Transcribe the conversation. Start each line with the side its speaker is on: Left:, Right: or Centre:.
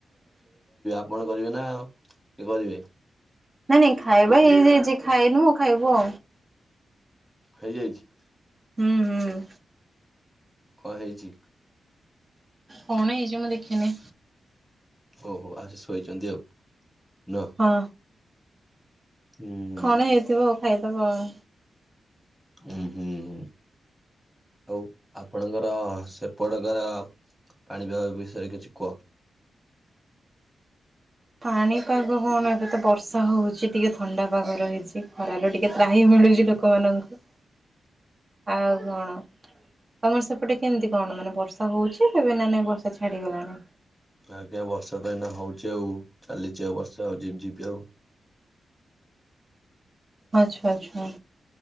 Centre: କଣ କରିବେ ନା କି କରିବେ।
Right: ନାଇ ନାଇଁ ଖାଇବା ଏଇଯାଇ ଖାଇନୁ ଖାଇବ।
Centre: ହେଇଯାଇଛି।
Right: ହୁଁ ହୁଁ।
Centre: କଣ ହେଇଛି।
Right: କଣ ହେଇଛି ମୁଁ ଦେଖିନି।
Centre: ଓହୋ ଆଜି ଶୋଇଛନ୍ତି ଆଉ। ନୁହଁ
Right: ହଁ।
Centre: ହୁଁ।
Right: କଣ ହେଇଥିବ ଆଉ ଖାଇଦବା ଆଉ।
Centre: ହୁଁ ହୁଁ ହୁଁ ଆଉ ଆପଣଙ୍କ। ତ ସେପଟକାର ପାଣିପାଗ ବିଷୟରେ କିଛି କୁହ।
Right: ପାଣିପାଗ କଣ ଏବେ ତ ବର୍ଷା ହଉଛି ଟିକେ ଥଣ୍ଡା ପାଗ ରହିଛି ଖରାରେ ଟିକେ ତ୍ରାହି ମି ମିଳୁଛି ଲୋକମାନଙ୍କୁ।
Centre: <unintelligible>
Right: ଆଉ କଣ? ତମର ସେପଟେ କେମିତି କଣ ମାନେ ବର୍ଷା ହଉଛି କେବେ ନା ନାଇଁ ବର୍ଷା ଛାଡିଗଲାଣି।
Centre: ଆଜ୍ଞା ବର୍ଷା ତ ଏଇନା ହଉଛି ଆଉ ଚାଲିଛି ଆଉ ବର୍ଷା ଆଉ ଯିପି ଯିପି ଆଉ
Right: ଆଚଛା ଆଚ୍ଛା।